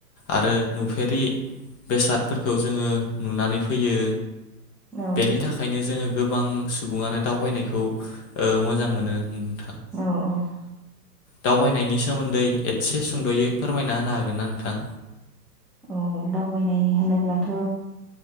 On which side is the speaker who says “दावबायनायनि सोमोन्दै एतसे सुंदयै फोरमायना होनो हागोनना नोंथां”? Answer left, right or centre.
Left